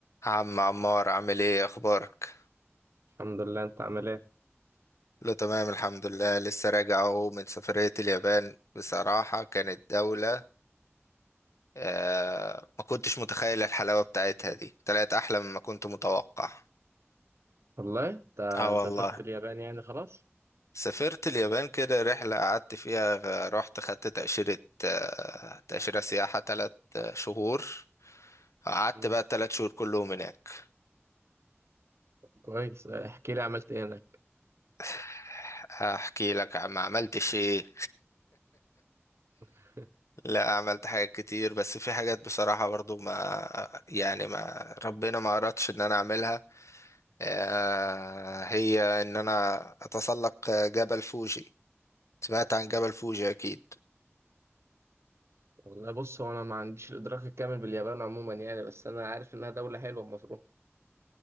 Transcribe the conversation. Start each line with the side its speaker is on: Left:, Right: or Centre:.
Left: عم عمار عامل ايه اخبارك
Right: الحمد لله انت عامل ايه
Left: له تمام الحمد لله لسه راجع اهو من سفرية اليابان بصراحة كانت دولة آه ما كنتش متخيل الحلاوة بتاعتها دي طلعت احلى مما كنت متوقع
Right: والله انت
Left: اه والله
Right: سافرت اليابان يعني خلاص
Left: سافرت اليابان كده رحلة قعدت فيها غ- رحت خدت تأشيرة آه تأشيرة سياحة تلات آه، شهور قعدت
Right: امم
Left: بقى التلات شهور كلهم هناك
Right: طب كويس احكي لي عملت ايه هناك
Left: <sighs> هحكي لك عم عملتش ايه
Right: <laughs>
Left: لا عملت حاجات كتير بس في حاجات بصراحة برضو ما يعني ما ربنا ما أردش إن أنا أعملها آه، هي إن أنا أتسلق جبل فوجي سمعت عن جبل فوجي أكيد
Right: والله بص هو انا ما عنديش الادراك الكامل باليابان عموما يعني بس انا عارف انها دولة حلوة المفروض